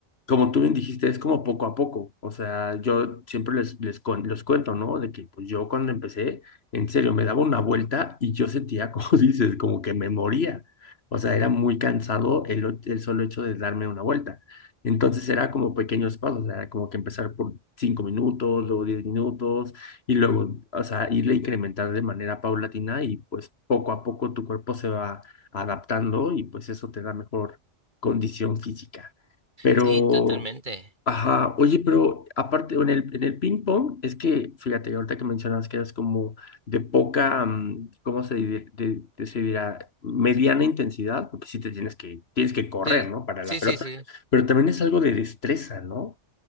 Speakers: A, on the left; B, on the right.
A: como tú bien dijiste, es como poco a poco. O sea, yo siempre les, les cuen- los cuento, ¿no? De que pues yo cuando empecé, en serio, me daba una vuelta y yo sentía, <laughs> como dices, como que me moría. O sea, era muy cansado el, o- el solo hecho de darme una vuelta. Entonces era como pequeños pasos, era como que empezar por cinco minutos, luego diez minutos y luego, o sea, irle incrementando de manera paulatina y pues poco a poco tu cuerpo se va adaptando y pues eso te da mejor condición física. Pero,
B: Sí, totalmente.
A: ajá, oye, pero aparte, en el, en el ping pong, es que, fíjate, ahorita que mencionas que es como de poca, mm, ¿cómo se, dir- de- de- se dirá? Mediana intensidad, porque sí te tienes que, tienes que correr,
B: Sí,
A: ¿no? Para
B: sí,
A: la pelota,
B: sí, sí.
A: pero también es algo de destreza, ¿no?